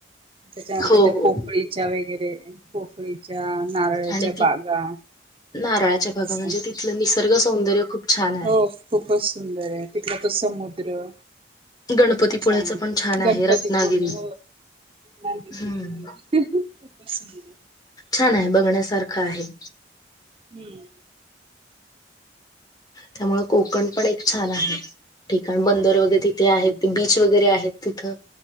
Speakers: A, on the right; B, on the left.
A: त्याच्यानंतर
B: हो
A: त्या
B: हो
A: पोफळीच्या वगैरे पोफळी नारळच्या
B: आणि ती
A: बागा
B: नारळाच्या बागा
A: अस
B: म्हणजे तिथलं निसर्ग सौंदर्य खूप छान आहे
A: हो खूपच सुंदर आहे तिथला तर समुद्र
B: गणपतीपुळ्याचं
A: खूप छान
B: पण छान आहे
A: गणपतीपूर्ण
B: रत्नागिरी
A: खूप
B: हम्म.
A: खूप पस <unintelligible>
B: छान आहे बघण्यासारखं आहे
A: हम्म
B: त्यामुळं कोकण पण एक छान आहे ठीका <unintelligible>
A: हो
B: बंदर
A: हो
B: वगैरे तिथे
A: ते
B: आहेत
A: पण
B: बीच वगैरे आहेत तिथं